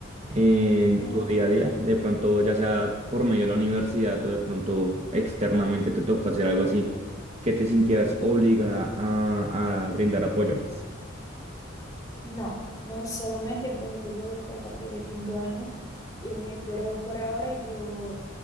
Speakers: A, on the right (about 35°); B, on the left (about 20°).
A: en
B: Eh,
A: tu día a día, de pronto ya sea por medio de la universidad o de pronto externamente te tocó hacer algo así, que te sintieras obligada a, a brindar apoyo.
B: No, no necesariamente, pues yo veo esto a partir de quinto año, eh, pero por ahora yo